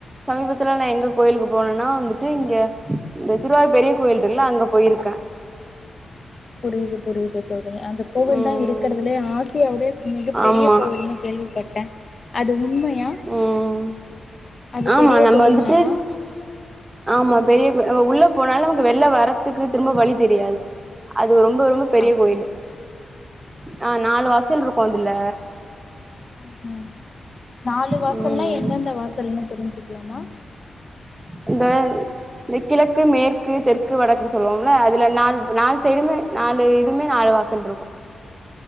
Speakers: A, on the right; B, on the left.
A: சமீபத்துல நா எங்க கோயிலுக்கு போனேன்னா வந்துட்டு இங்க இந்த திருவாரூர் பெரிய கோயில்டுல அங்க போயிருக்கே
B: புரியுது புரியுது தோழி அந்த கோவில்
A: ம்
B: தா இருக்கறதுலே ஆசியாவோடே மிகப் பெரிய
A: ஆமா
B: கோவில்னு கேள்விப்பட்டே அது உண்மையா
A: ம்
B: அது
A: ஆமா
B: பெரிய
A: நம்ம
B: கோவில்
A: வந்துட்டு
B: தானா
A: ஆமா பெரிய கோ நம்ம உள்ள போனாலு நமக்கு வெள்ல வரதுக்கு திரும்ப வழி தெரியாது அது ரொம்ப ரொம்ப பெரிய
B: அப்
A: கோயிலு ஆ நாலு வாசல் இருக்கோ அதுல
B: உஹும் நாலு
A: ம்
B: வாசல்னா எந்தெந்த வாசல்ன்னு தெரிஞ்சுக்கலாமா
A: இந்த இந்த கிழக்கு மேற்கு தெற்கு வடக்குன்னு சொல்லுவோம்ல அதுல நாலு நாலு சைடுமே நாலு இதுமே நாலு வாசல் இருக்கோ